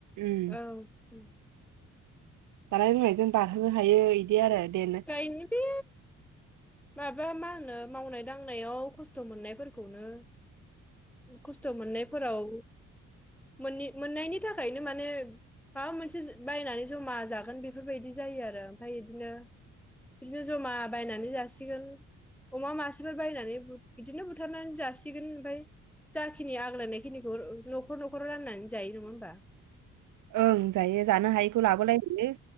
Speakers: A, on the right; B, in the centre.
A: उम।
B: औ
A: जानाय लोंनायजों दाहोनो हायो इदि आरो दे
B: गायनो बे माबा मा होनो मावनाय दांनायाव खस्थ' मोननायफोरखौनो खस्थ' मोननायफोराव मोनि मोन्नायनि थाखायनो माने माबा मोनसे बायनानै जमा जागोन बेफोरबायदि जायो आरो ओमफ्राय बिदिनो इदिनो जमा बायनानै जासिगोन अमा मासेफोर बायनानै इदिनो बुथारनानै जासिगोन ओमफफ्राय जाखिनि आग्लायनाय खिनिखौ न'खर न'खराव रान्नानै जायो नङा होमबा?
A: ओं जायो जानो हायैखौ लाबोलाय लायो